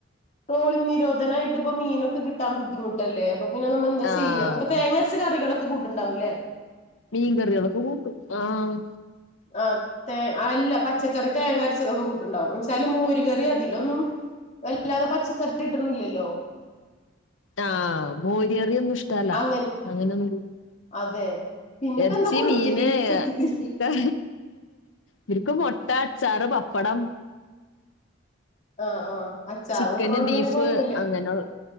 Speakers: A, on the left; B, on the left.
A: ട്രോളിങ് നിരോധനായിട്ട്ഇപ്പ മീനൊക്കെ കിട്ടാൻ ബുദ്ധിമുട്ടല്ലേ അപ്പ പിന്നെ നമ്മ എന്താ
B: ആഹ്
A: ചെയ്യ അപ്പൊ തേങ്ങരച്ച കറികളൊക്ക കൂട്ടുണ്ടാവുംല്ലേ
B: മീൻ കറികളൊക്കെ കൂട്ടും ആഹ്
A: ആതേ അല്ല പച്ചക്കറി തേങ്ങ അരച്ചതൊക്കെ കൂട്ടുണ്ടാവും എന്നെച്ചാല് മോര് കറി അതിലൊന്നും വല്ലാതെ പച്ചക്കറി ഇടണില്ലല്ലോ
B: ആഹ മോരികറിയൊന്നും ഇഷ്ടല്ല
A: അങ്ങനെ
B: അങ്ങനെ ഒന്നും
A: അതെ പിന്നെപ്പ
B: ഇറച്ചി
A: എന്താ കൊടുക്കല്
B: മീന്
A: സത്യത്തില്
B: ഇക്ക ഇവര്ക്ക് മുട്ട അച്ചാറ് പപ്പടം
A: ആഹ് ആഹ് അച്ചാറ്
B: ചിക്കന്
A: കൂട്ടണോണ്ട്
B: ബീഫ്
A: പിന്നെ കൊഴപ്പല്ല
B: അങ്ങനെയുള്ള